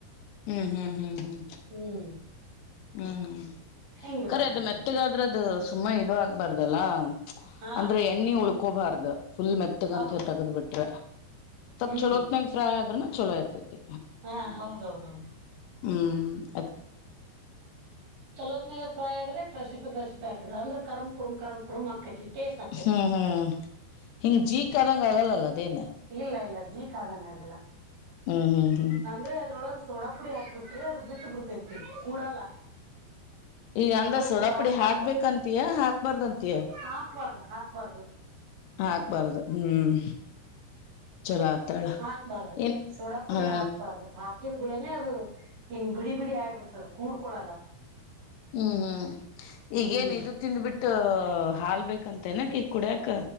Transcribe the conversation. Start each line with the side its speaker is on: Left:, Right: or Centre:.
Left: ಹ್ಮ್ ಹ್ಮ್ ಹ್ಮ್ ಹ್ಮ್-
Right: ಹ್ಮ್-
Left: ಹ್ಮ್
Right: ಹಿಂಗೆ
Left: ಕರೆ
Right: ಬರ್ತೈತ್
Left: ಅದು ಮೆತ್ತಗಾದ್ರೆ ಅದು ಸುಮ್ಮ ಇದು ಆಗ್ಬಾರ್ದಲ್ಲ.
Right: ಹಾ
Left: ಅಂದ್ರೆ ಎಣ್ಣೆ ಉಳ್ಕೋಬಾರ್ದ ಫುಲ್ ಮೆತ್ತಗಂತ
Right: ಹೌದು
Left: ತಗದ ಬಿಟ್ರೆ. ಸ್ವಲ್ಪ
Right: ಹ್ಮ್
Left: ಚೂಲತ್ಯನ್ಗ ಪ್ರೈ ಆದ್ರನ ಛಲೋ ಇರ್ತೈತಿ.
Right: ಹಾ ಹೌದೌದ ಹೌದು.
Left: ಹ್ಞ -
Right: ಚಲೋತ್ನಾಗ ಪ್ರೃಯ್ ಆದ್ರೆ ಕ್ಸಿಪಿ ಕ್ಸಿಪಿ ಹಾಕದ ಅಂದ್ರೆ. ಕರಂ ಕುರುಮ ಕರಂ ಕುರುಮ ಆಕ್ಕತಿ ಟೇಸ್ಟ್ ಆಕತಿ.
Left: ಹಾ ಹಾ - ಹಿಂಗ್ ಜೀಕ್ ಅದಂಗ ಆಗಲ್ಲಲ ಅದೇನ.
Right: ಇಲ್ಲ ಇಲ್ಲ ಜೀಕ್ ಆದಂಗ ಆಗಲ್ಲ.
Left: ಹ್ಮ್ ಹ್ಮ್ ಹ್ಮ -
Right: ಅಂದ್ರೆ ಅದ್ರೊಳಗ ಸೋಡಾ ಪುಡಿ ಹಾಕ್ಬ ಬಿಟ್ರೆ ಅದು ಬಿಟ್ಟ ಬಿಡ್ತೈತಿ ಕೂಡಲ್ಲ.
Left: ಈಗ
Right: ಸೋಡಾ
Left: ಅಂದ್ರ ಸೋಡಾಪುಡಿ
Right: ಪುಡಿ ಹಾಕ್ಬಾರ್ದು
Left: ಹಾಕ್ಬೇಕಂತಯ ಹಾಕ್ಬಾರ್ದಂತಯ
Right: ಹಾಕ್ಬಾರ್ದು ಹಾಕ್. ಬರ್ದು.
Left: ಹಾಕ್ಬಾರ್ದು ಹ್ಮ್. ಚಲೋ ಆತಾಳ
Right: ಹಾಕ್ಬಾರ್ದು
Left: ಏನ್
Right: ಸೋಡಾ ಪುಡಿ
Left: ಹಾ
Right: ಹಾಕ್ಬಾರ್ದು. ಅದು ಹಾಕಿದ್ಗೂಳನೆ ಅದು ಹಿಂಗ್ ಬಿಡಿ ಬಿಡಿ ಆಯಿಬಿಡ್ತದ ಕೂಡ್ಕೊಳಲ್ಲ.
Left: ಹ್ಮ್ ಹ್ಮ್
Right: ಹ್ಮ್
Left: ಈಗೇನ್ ಇದುತಿನ್ಬಟ ಹಾಲ್ಬೇಕಂತ ಏನಕಿ ಕುಡಿಯಕ.